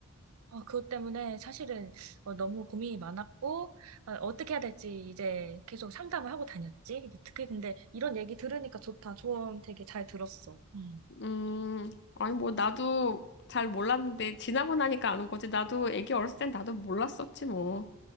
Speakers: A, on the right (about 75°); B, on the left (about 50°).
A: 아, 그것 때문에 사실은 어, 너무 고민이 많았고, 아, 어떻게 해야 될지 이제 계속 상담을 하고 다녔지. 특히 근데 이런 얘기 들으니까 좋다. 조언 되게 잘 들었어. 음.
B: 음, 아니, 뭐, 나도 잘 몰랐는데, 지나고 나니까 아는 거지. 나도 애기 어렸을 땐 나도 몰랐었지, 뭐.